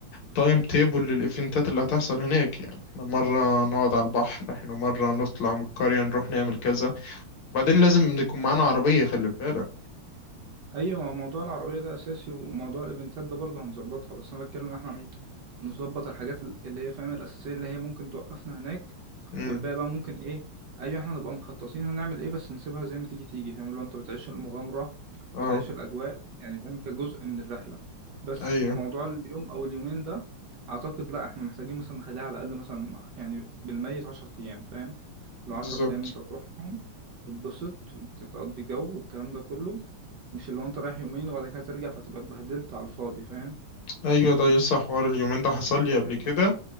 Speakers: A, on the left; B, on the right.
A: تايم تيبل للايفنتات اللي هتحصل هناك يعني احنا مره نقعد على البحر احنا مره نطلع من القريه نروح نعمل كذا وبعدين لازم نكون معانا عربيه خلي بالك
B: ايوه موضوع العربيه ده اساسي وموضوع الايفنتات ده برضه هنظبطها بس انا بتكلم إن احنا
A: مم.
B: نظبط الحاجات ال- اللي هي فاهم الاساسيه اللي هي ممكن توقفنا هناك
A: مم.
B: والباقي بقى ممكن ايه ايوه احنا نبقى مخططين هنعمل ايه بس نسيبها زي ما تيجي تيجي فاهم لو انت بتعيش المغامره
A: اه
B: بتعيش الاجواء يعني فاهم كجزء من الرحله بس
A: ايوه
B: وموضوع اليوم او اليومين ده اعتقد لا احنا محتاجين مثلا نخليها على الاقل مثلا يعني بالميت 10 ايام فاهم لو
A: بالظبط
B: 10 ايام انت تروحهم تتبسط تقضي جو والكلام ده كله مش اللي هو انت رايح يومين وبعد كده ترجع فتبقى اتبهدلت على الفاضي فاهم
A: ايوه ده يسطا حوار اليومين ده حصل لي قبل كده